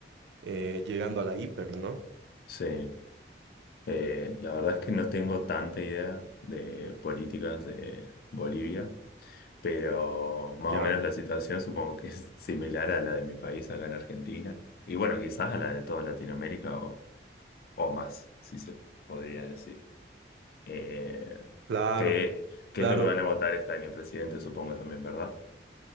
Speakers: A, on the right; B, on the left.
A: eh, llegando a la hiper, ¿no?
B: sí. Eh, la verdad es que no tengo tanta idea de políticas de Bolivia, pero más
A: Ya,
B: o menos la situación supongo que es <laughs> similar a la de mi país acá en Argentina. Y bueno, quizás a la de toda Latinoamérica o, o más, si se podría decir. Eh,
A: claro,
B: ¿qué, qué
A: claro.
B: es lo que van a votar este año, presidente, supongo también, ¿verdad?